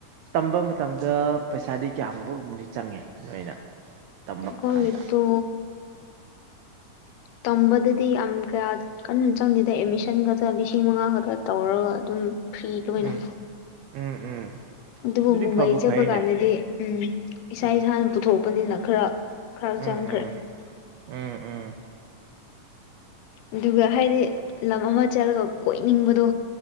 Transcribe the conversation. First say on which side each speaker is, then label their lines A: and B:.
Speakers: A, on the right (about 80°); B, on the left (about 85°).
A: ꯇꯝꯕ ꯃꯇꯝꯗ ꯄꯩꯁꯥꯗꯤ ꯀꯌꯥꯒꯨꯝꯕ ꯔꯨꯝꯝꯗꯤ ꯆꯪꯉꯦ ꯅꯣꯏꯅ ꯇꯝꯂꯛꯄ
B: ꯑꯩꯈꯣꯏꯒꯤꯗꯣ
A: ꯀꯥꯟꯗ <inaudible>
B: ꯇꯝꯕꯗꯗꯤ ꯌꯥꯝ ꯀꯌꯥ ꯀꯟꯅ ꯆꯪꯗꯦꯗ ꯑꯦꯠꯃꯤꯁꯟ ꯈꯛꯇ ꯂꯤꯁꯤꯡ ꯃꯉꯥ ꯈꯛꯇ ꯇꯧꯔꯒ ꯑꯗꯨꯝ ꯐ꯭ꯔꯤ ꯂ ꯑꯣꯏꯅ
A: ꯎꯝ ꯎꯝ ꯎꯝ
B: ꯑꯗꯨꯕꯨ
A: ꯑꯗꯨꯗꯤ
B: ꯃꯨꯝꯕꯩ
A: ꯐꯕꯨ
B: ꯆꯠꯄ
A: ꯐꯩꯅꯦ
B: ꯀꯥꯟꯗꯗꯤ ꯎꯝ ꯏꯁꯥ
A: ꯎꯝ
B: ꯏꯁꯥꯅ ꯄꯨꯊꯣꯛꯄꯅꯤꯅ ꯈꯔ ꯈꯔ ꯆꯪꯈ꯭ꯔꯦ
A: ꯎꯝ ꯎꯝ ꯎꯝ ꯎꯝ
B: ꯑꯗꯨꯒ ꯍꯥꯏꯗꯤ ꯂꯝ ꯑꯃ ꯆꯠꯂꯒ ꯀꯣꯏꯅꯤꯡꯕꯗꯣ